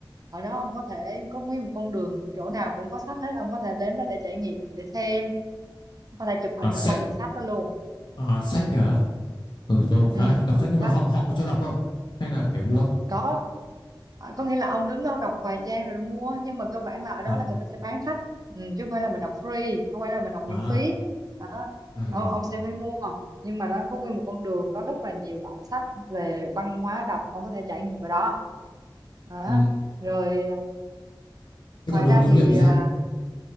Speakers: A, on the right (about 50°); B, on the left (about 65°).
A: ở đó ông có thể có nguyên một con đường chỗ nào cũng có sách hết ông có thể đến đó để trải nghiệm để xem có thể chụp hình
B: à sách
A: ở con đường sách đó luôn
B: à sách
A: ừ
B: à ừ tôi cũng khá
A: ừ
B: là thích đọc
A: con
B: sách
A: đường
B: nhưng mà
A: sách
B: họ họ có cho đọc không hay là phải mua
A: có À, có nghĩa là ông đứng đó ông đọc vài trang rồi mua nhưng mà cơ bản là ở đó
B: à
A: là người ta sẽ bán sách ừ, chứ không phải là mình đọc free không phải là mình đọc
B: à,
A: miễn phí đó.
B: à rồi
A: Ông, ông sẽ phải mua nhưng mà nó có nguyên một con đường có rất là nhiều loại sách về văn hóa đọc ông có thể trải nghiệm ở đó, đó.
B: ừ.
A: rồi à,
B: thế
A: ngoài
B: còn đồ
A: ra
B: lưu
A: thì
B: niệm thì
A: à,
B: sao